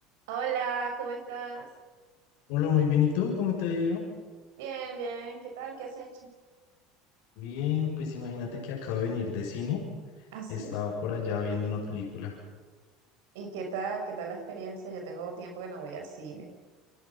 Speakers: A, on the right (about 75°); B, on the left (about 70°).
A: Hola, ¿cómo estás?
B: Hola, muy bien. ¿Y tú? ¿Cómo te ha ido?
A: Bien, bien, ¿qué tal? ¿Qué has hecho?
B: Bien, pues imagínate que acabo de venir de cine.
A: ¿Ah, sí?
B: Estaba por allá viendo una película.
A: ¿Y qué tal? ¿Qué tal la experiencia? Yo tengo tiempo que no voy al cine.